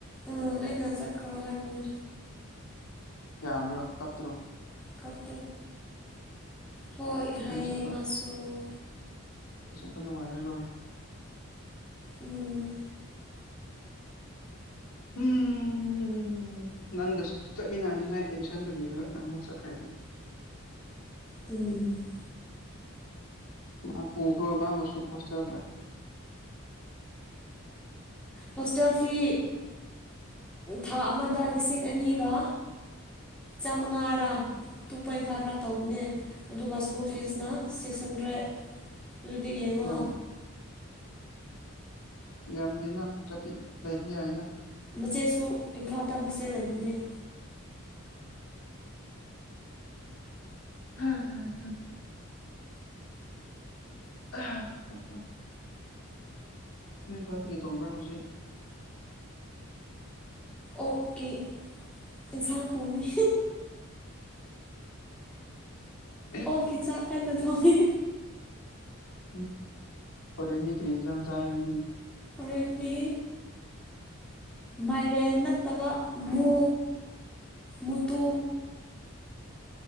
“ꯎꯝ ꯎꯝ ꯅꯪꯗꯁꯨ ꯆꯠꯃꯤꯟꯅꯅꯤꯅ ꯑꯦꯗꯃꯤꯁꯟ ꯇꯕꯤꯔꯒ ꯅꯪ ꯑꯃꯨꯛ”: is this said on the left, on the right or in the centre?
Left